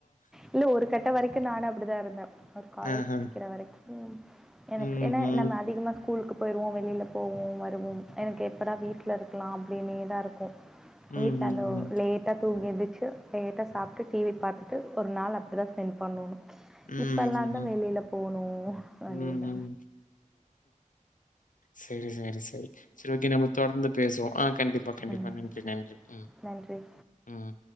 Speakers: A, in the centre; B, on the left (about 75°).
A: இல்ல ஒரு கட்ட வரைக்கு நானு அப்டிதா இருந்தே ஒ காலேஜ்
B: ஆஹ.
A: புடிக்ற வரைக் ம் எனக்கு
B: ம்ஹ்ம்.
A: என்னா நம்ம அதிகமா ஸ்கூல்க்கு போயிருவோ வெளில போவோ வருவோம் எனக்கு எப்பதா வீட்லருக்லா அப்டின்னே தா இருக்கூ வீட்லந்தோ
B: ம்ஹ்ம்.
A: லேட்டா தூங்கி எந்தி சு லேட் டா சாப்ட்டு டி வி பாத்திட்டு ஒரு நாள் அப்டி தா ஸ்பெண்ட் பண்ணோணு
B: ம்.
A: இப்பெல்லாந்தா
B: ம்.
A: வெளில போணு வண்டில
B: ம். சேரி செ ரிசை செரி ஓக்கே நம்ம தொடர்ந்து பேசுவோம் ஆ கண்டிப்பா கண்டிப்பா
A: ம்.
B: நன்றி நன்றி ம்
A: நன்றி.
B: ம்